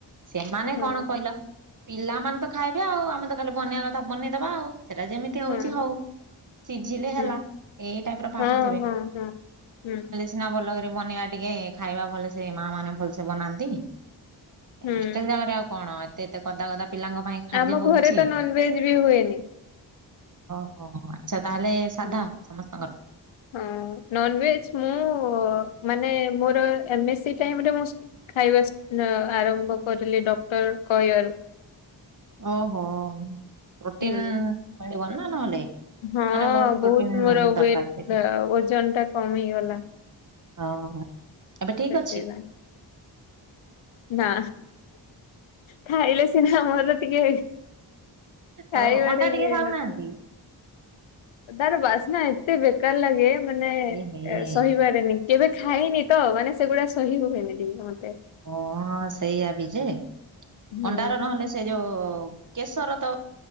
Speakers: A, on the right; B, on the left.
A: ସେମାନେ
B: ହଁ
A: କଣ କହିଲ ପିଲାମାନେ ତ ଖାଇବେ ଆଉ ଆମେ ତ ଖାଲି ବନେଇବା କଥା ବନେଇଦବା ଆଉ। ସେଟା ଯେମିତି ହଉଛି
B: ହଁ।
A: ହଉ ସିଝିଲେ
B: ହୁଁ
A: ହେଲା ଏଇ ଟାଇପ୍ ର ଭାବୁଥିବେ।
B: ହଁ ହଁ ହଁ ହୁଁ।
A: ସନା ଭଲ କରି ବନେଇବା ଟିକେ ଖାଇବା ଭଲ ସେ ମା ମାନେ ଭଲସେ ବନାନ୍ତି।
B: ହୁଁ
A: ହଷ୍ଟେଲ ଜାଗାରେ ଆଉ କଣ ଏତେ ଏତେ କଦା ଗଦା ପିଲାଙ୍କ ପାଇଁ ଖାଦ୍ୟ
B: ଆମ
A: ହଉଛି
B: ଘରେ ତ ନନଭେଜ୍ ବି ହୁଏନି।
A: ଓୋ ଆଚ୍ଛା ତାହେଲେ ସାଧା
B: ହୁଁ
A: ସମସ୍ତଙ୍କର।
B: ହଁ ନନଭେଜ୍ ମୁଁ ମାନେ ମୋର ଏମ୍ ଏ ସି ଟାଇମରେ ମୁଁ ଖାଇବା ଆରମ୍ଭ କରିଲି ଡକ୍ଟର କହିବାରୁ।
A: ଓହୋ। ରୋଟିନ୍
B: ହୁଁ
A: ମିଳିବନ ନା ନହେଲେ।
B: ହଁ
A: ମାନେ ପ୍ରୋଟିନ
B: ବହୁତ ମୋର
A: ଦରକାର
B: ୱେଟ୍
A: ସେଇଠୁ
B: ଓଜନ ଟା କମିଗଲା।
A: ହଁ ଏବେ ଠିକ୍
B: ସେଥିପାଇଁ
A: ଅଛି?
B: ନା। ଖାଇଲେ ସିନା ମୋର ଟିକେ ଖାଇବାରେ
A: ଓ ଅଣ୍ଡା
B: ଇଏ
A: ଟିକେ
B: ହେଇନଥା।
A: ଖାଉନାହାନ୍ତି
B: ତାର ବାସ୍ନା ଏତେ ବେକାର ଲାଗେ ମାନେ
A: ଏହେ
B: ସହିବା କେବେ ଖାଇନି ତ ମାନେ ସେଗୁଡ଼ା ସହି ହୁଏନି ଟିକେ ମତେ।
A: ଓ ସେଇଆ ବି ଯେ,
B: ହୁଁ
A: ଅଣ୍ଡାର ନହେଲେ ସେ ଯୋଉ କେଶର ତ